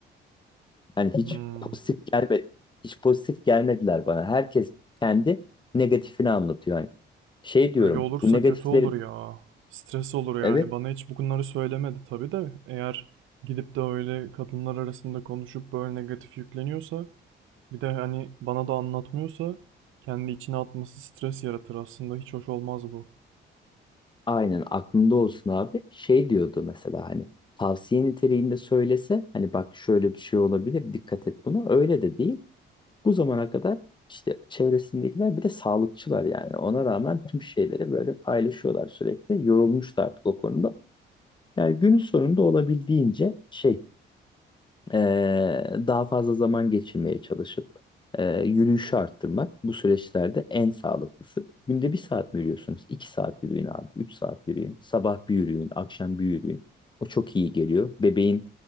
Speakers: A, on the left (about 25°); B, on the right (about 85°).
A: Hani hiç
B: Hmm.
A: pozitif gelme Hiç pozitif gelmediler bana. Herkes kendi negatifini anlatıyor. Yani şey diyorum
B: Öyle olursa
A: bu negatifleri
B: kötü olur ya. Stres olur yani.
A: evet
B: Bana hiç bunları söylemedi tabii de. Eğer gidip de öyle kadınlar arasında konuşup böyle negatif yükleniyorsa bir de hani bana da anlatmıyorsa kendi içine atması stres yaratır aslında. Hiç hoş olmaz bu.
A: Aynen aklında olsun abi. Şey diyordu mesela hani tavsiye niteliğinde söylese hani bak şöyle bir şey olabilir dikkat et buna. Öyle de değil. Bu zamana kadar işte çevresindekiler bir de sağlıkçılar yani. Ona rağmen tüm şeyleri böyle paylaşıyorlar sürekli. Yorulmuşlar artık o konuda. Yani günün sonunda olabildiğince şey ee, daha fazla zaman geçirmeye çalışıp e, yürüyüşü arttırmak bu süreçlerde en sağlıklısı. Günde bir saat mi yürüyorsunuz? İki saat yürüyün abi. Üç saat yürüyün. Sabah bir yürüyün. Akşam bir yürüyün. O çok iyi geliyor. Bebeğin